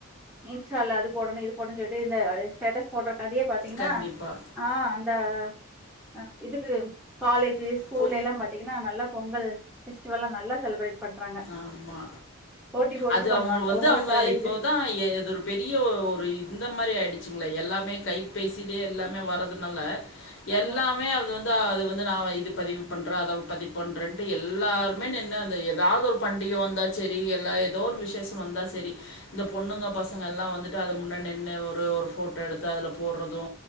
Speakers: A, in the centre; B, on the left.
A: இன்ஸா இல்ல அது போடணும் இது போடணும்ு சொல்லிட்டு இன்ஸ்ட்டாவுல ‌அது போடனூ இது போடனூ செல்ட்டு இநத ஸ்டேடஸ் போட்றத்துக்காண்டியே பாத்தீங்கன்னா
B: கண்டிப்பா.
A: ஆ அந்த அ இதுக்கு காலேஜ் தேஸ்கேவூல
B: பு
A: எல்லா பாத்தீங்கன்னா நல்லா பொங்கல் பெஸ்டிவெல்லா நல்ல செலிப்ரேட் பண்றாங்க
B: ஆமா
A: போட்டி போட்டுட்டு
B: அது
A: பண்ணுவாங்க
B: அவங்க வந்து
A: ஒவ்வொரு
B: அவங்க
A: காலேஜு
B: இப்போதா எது ஒரு பெரிய ஒரு இந்தமாரி ஆயிடுச்சிங்களே எல்லாமே கைபேசிலயே எல்லாமே வர்துனால
A: ஆமா
B: எல்லாமே அது வந் அது வந்து நான் இது பதிவு பண்றே அத பதிவு பண்றேன்டு எல்லாருமே நின்னூ அந்த எட்தெ ஏதாவ் ஒரு பண்டிகை வந்தா சரி எல்லா எதே ஒரு விசேஷோ வந்தா சரி இந்த பொண்ணுங்க பசங்க எல்லா வந்துட்டு அது முன்னாட் நின்னூ ஒரு ஒரு போட்டோ எடுத்து அதுல போட்றதூ